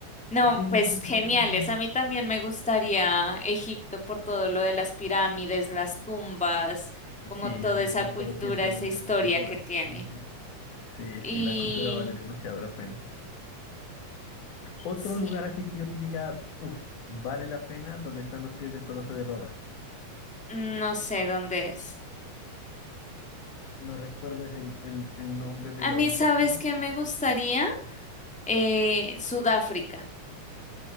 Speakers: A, in the centre; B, on the left (about 85°).
A: No,
B: tengo
A: pues
B: un punto.
A: geniales.
B: un-
A: A mí también me gustaría Egipto por todo lo de las pirámides, las tumbas,
B: un-
A: como
B: Sí,
A: toda
B: a mí
A: esa
B: me ha gustado
A: cultura,
B: siempre
A: esa
B: mucho
A: historia
B: esa cultura.
A: que tiene.
B: Ujú. Sí,
A: Y
B: sí, la cultura vale demasiado la pena. Otro
A: sí,
B: lugar así que yo te diga, uff, vale la pena, donde están los pies del Coloso de Rodas.
A: no sé dónde es.
B: ¿No recuerdes el, el, el nombre de
A: A
B: la
A: mí,
B: ubicación?
A: ¿sabes qué me gustaría? Eh, Sudáfrica,